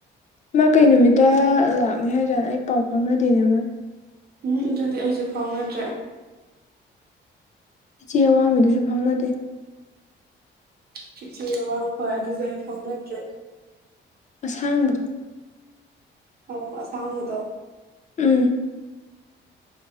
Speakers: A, on the left; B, on the right.
A: ꯃꯥ ꯀꯩ ꯅꯨꯃꯤꯠꯇ ꯂꯥꯛꯅꯤ ꯍꯥꯏꯖꯥꯠꯂ ꯑꯩ ꯄꯥꯎ ꯐꯥꯎꯅꯗꯦꯅꯦ ꯃꯣꯏ
B: ꯎꯝ ꯑꯗꯨꯗꯤ ꯑꯩꯖꯨ ꯐꯥꯎꯅꯗ꯭ꯔꯦ
A: ꯏꯆꯦ ꯑꯋꯥꯡꯕꯤꯗꯨꯖꯨ ꯐꯥꯎꯅꯗꯦ
B: ꯆꯤꯆꯦ ꯑꯋꯥꯡ ꯍꯣꯏ ꯑꯗꯨꯖꯨ ꯑꯩ ꯐꯥꯎꯅꯗ꯭ꯔꯦ
A: ꯑꯁꯥꯡꯕꯗꯣ
B: ꯑꯧ ꯑꯁꯥꯡꯕꯗꯣ
A: ꯎꯝ